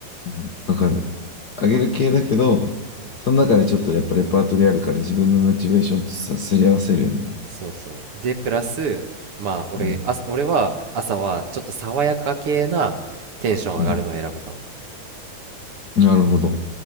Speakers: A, on the left (about 50°); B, on the right (about 50°).
A: うんわかる。あげる系だけど、
B: うん。
A: その中でちょっとやっぱレパートリーあるから自分のモチベーションとさ、すり合わせるよね。
B: そうそう。で、プラス、まあ、俺、
A: うん。
B: あ、俺は朝はちょっと爽やか系なテンション上がるのを選ぶかも。
A: うん。なるほど。